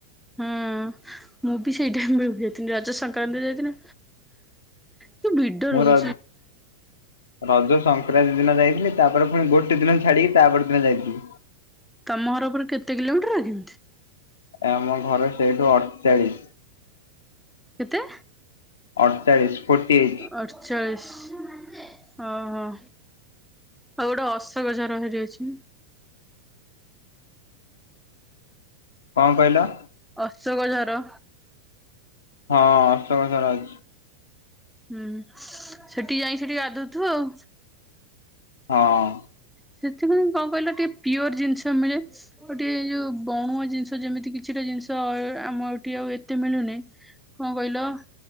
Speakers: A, in the centre; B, on the left.
A: ହଁ ମୁଁ ବି ସେଇ ଟାଇମରେ ଯାଇଥିଲି ରଜ ସଂକ୍ରାନ୍ତି ଯାଇଥିଲି। କି ଭିଡ
B: ମୋର
A: ରହୁଛି
B: ରଜ ସଂକ୍ରାନ୍ତି ଦିନ ଯାଇଥିଲି ତାପରେ ପୁଣି ଗୋଟେ ଦିନ ଛାଡିକି ତାପରେ ଦିନ ଯାଇଥିଲି।
A: ତମ ଘର ଉପରେ କେତେ କିଲୋମିଟର କି?
B: ଆମ ଘର ସେଇଠୁ ଅଠଚାଳିଶ।
A: କେତେ?
B: ଅଠଚାଳିଶ ଫୋର୍ଟି ଏଇଟ।
A: ଅଠଚାଳିଶ ଓହୋ। ଆଉ ଗୋଟେ ଅଶୋକଝର ସେଠି ଅଛି।
B: କଣ କହିଲ?
A: ଅଶୋକ ଝର।
B: ହଁ ଅଶୋକ ଝର ଅଛି।
A: ହୁଁ ସେଠି ଯାଇ ସେଠି ଗାଧଉଥିବୁ ଆଉ।
B: ହଁ।
A: ସେଥିପାଇଁ କଣ କହିଲ ଟିକେ ପିଓର ଜିନିଷ ମିଳେ। ଗୋଟିଏ ଏଯୋଉଁ ବଣୁଆ ଜିନିଷ ଯେମିତି କିଛିଟା ଜିନିଷ ଆମ ଏଠି ଆଉ ଏତେ ମିଳୁନି। କଣ କହିଲ